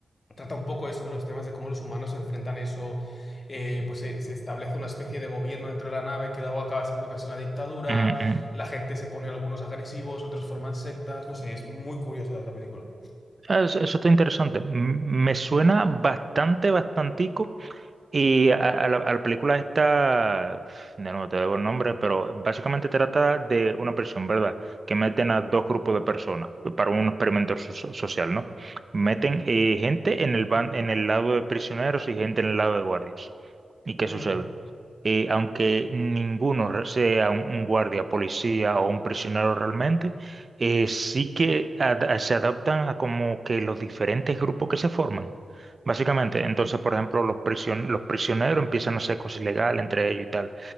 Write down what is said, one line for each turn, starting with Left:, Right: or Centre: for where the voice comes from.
Left: trata un poco eso, ¿no? Los temas de cómo los humanos se enfrentan eso, eh, pues se, se establece una especie de gobierno dentro de la nave que luego acaba siendo casi una dictadura,
Right: Ujú, ujú.
Left: la gente se pone algunos agresivos, otros forman sectas, no sé, es muy curiosa esa película.
Right: Ah, Eso, eso está interesante. M- Me suena bastante, bastantico Y a, a la, a la película esta, no, no te debo el nombre, pero básicamente trata de una prisión, ¿verdad? Que meten a dos grupos de personas para un experimento so- so- social, ¿no? Meten
Left: Mm,
Right: eh, gente en el ban- en el lado de prisioneros y gente en el lado de guardias. ¿Y qué
Left: mm,
Right: sucede? Eh, aunque ninguno re- sea un, un guardia, policía o un prisionero realmente, eh, sí que ad- se adaptan a como que los diferentes grupos que se forman. Básicamente, entonces, por ejemplo, los prision- los prisioneros empiezan a hacer cosas ilegales entre ellos y tal.